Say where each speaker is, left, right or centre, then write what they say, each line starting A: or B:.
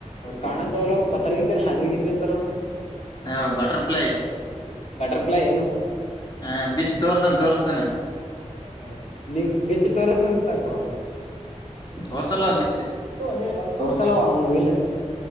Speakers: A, on the left; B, on the left.
A: ಕಾಣತ್ವಲವವು ಪತ್ರಗತಿನ್ ಹದ್ರಗತಿ <inaudible> ಅಂತಾರ ನ
B: ಹಾ ಬಟರ್ಫ್ಲೈ
A: ಬಟರ್ಫ್ಲೈ ಏನು
B: ಹ ಬಿಚ್ ತೋರ್ಸನ್ ತೋರ್ಸ್ತಾನ
A: <inaudible> ಹ ನಿಂಗ ಬೆಚ್ಚ ತೋರ್ಸಂತಕೋ
B: <inaudible> ಹೊಸಲ್ಲ ಬಿಚ್ಚು
A: ಂದ ತೋರ್ಸಲ್ಲವ ಅವನು ಇಲ್ಲ